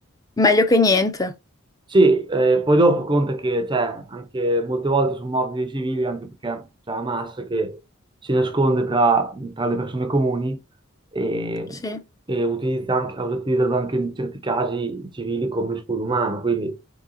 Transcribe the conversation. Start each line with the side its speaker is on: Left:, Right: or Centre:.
Left: Meglio che niente.
Right: Sì, eh, poi dopo conta che cioè, anche molte volte sono morti dei civili anche perché c'è Hamas che si nasconde tra, tra le persone comuni e,
Left: Sì,
Right: e utilizza anche, ha utilizzato anche in certi casi i civili come scudo umano, quindi